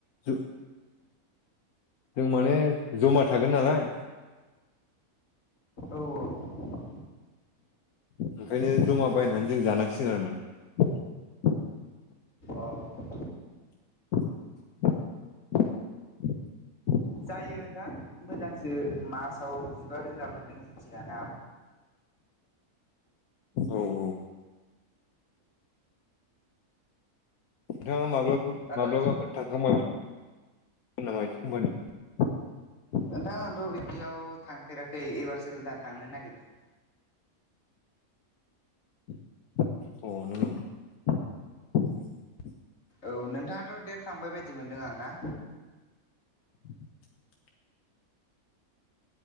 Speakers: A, on the left; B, on the left.
A: ज ' जों माने जमा थागोन नालाय
B: औ औ।
A: ओंखायनो जमा बायनानै जों जानांसिगोन आरो माने।
B: औ अ
A: <inaudible>
B: जायो नोंथां मोजांसो मासाव जिबा रोजा मोनदों जेथिया ना?
A: औ औ। नोंथाङा माब्ला
B: दाथ'
A: माब्लाबाफोर थांखांबायबा <unintelligible>
B: नोंथां आंथ' बिदियाव थांफेराखै एबारसो गोदान थांनो नागिरदों।
A: <unintelligible>
B: औ नोंथाङाथ' देेर थांबाय बायदि मोनदों आं ना
A: <inaudible>